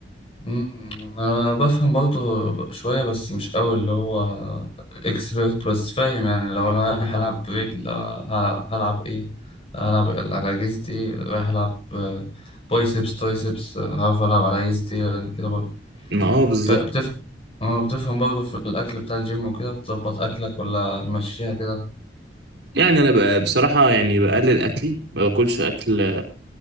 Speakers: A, on the left (about 30°); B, on the right (about 65°).
A: مم، أنا بفهم برضه شوية بس مش أوي اللي هو إكسبرت بس فاهم يعني لو أنا رايح ألعب رجل هلعب, هلعب إيه هلعب على جزتي إيه رايح ألعب آه، بايسبس ترايسبس آه، هعرف ألعب على جزتي إيه يعني كده برضه
B: ما آه بالظبط
A: فبتفهم آه، بتفهم برضه في الأكل بتاع الجيم وكده بتظبط أكلك ولا ماشيها كده
B: يعني أنا بقى بصراحة يعني بقلل أكلي ما باكلش أكل